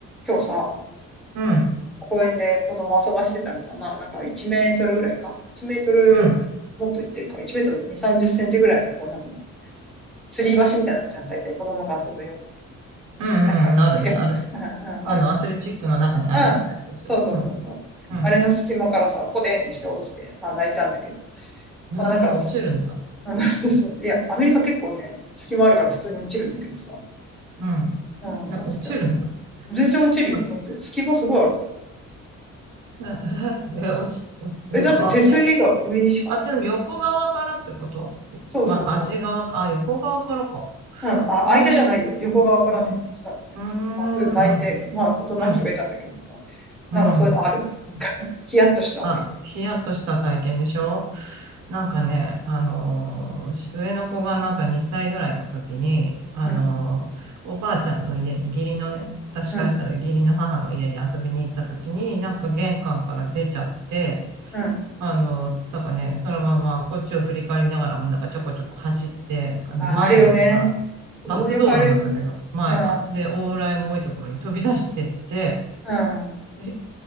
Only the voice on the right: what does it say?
うん、
うん、うん、
うん、
あるね、
あるね。
あの、アスレチックの中にあるようなやつでしょ。
うん、うん。
えー、
落ちるんだ。
うん。
え、落ちるんだ。
<laughs>
え、え、え、落ち、落ち、
え、
あ、え、あっちの横側からってことま、
足側か、あ、横側からか。
うーん、
うん、う
ーん、
うん、
うん、
うん。
あ、ヒヤッとした体験でしょなんかね、あのー上の子がなんか2歳ぐらいの時に、あのーおばあちゃんの家に、
義理のね、私からしたら義理の母の家に遊びに行った時に、
なんか玄関から出ちゃって、
あのーだからね、そのままこっちを振り返りながらもなんかちょこちょこ走って、あの前のさ、
バス道路なんだけど、前が。
で、往来も多いところに飛び出してって、
え